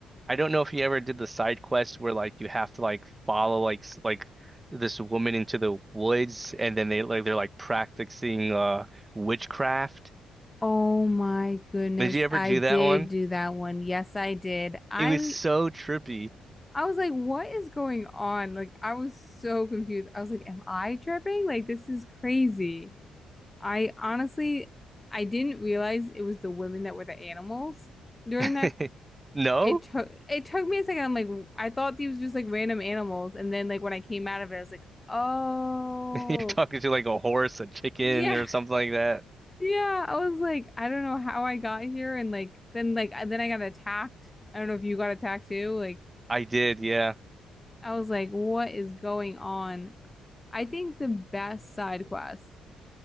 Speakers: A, on the right; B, on the left.
A: I don't know if you ever did the side quest where like you have to like follow like s- like this woman into the woods and then they like they're like practicing uh witchcraft.
B: Oh my goodness,
A: Did you ever
B: I
A: do
B: did
A: that one?
B: do that one. Yes, I did. I
A: It was so trippy.
B: I was like, what is going on? Like I was so confused. I was like, am I tripping? Like this is crazy. I honestly I didn't realize it was the women that were the animals during
A: <laughs>
B: that
A: No?
B: It took it took me a second. I'm like, I thought these was just like random animals, and then like when I came out of it, I was like, oh
A: <laughs> You're talking to like a horse, a chicken
B: yeah,
A: or something
B: <laughs>
A: like that.
B: yeah. I was like, I don't know how I got here, and like then like I- then I got attacked. I don't know if you got attacked too. Like
A: I did, yeah.
B: I was like, what is going on? I think the best side quest,